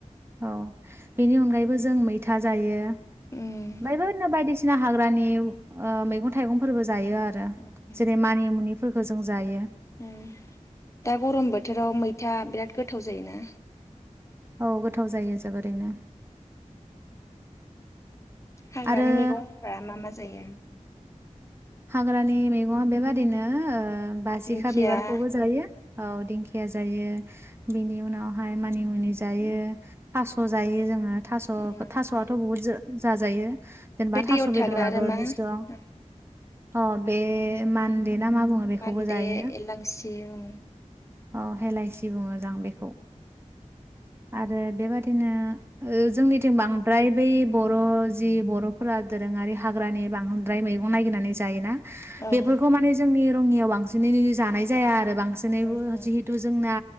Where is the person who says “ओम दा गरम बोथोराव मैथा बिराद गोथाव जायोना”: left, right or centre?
Left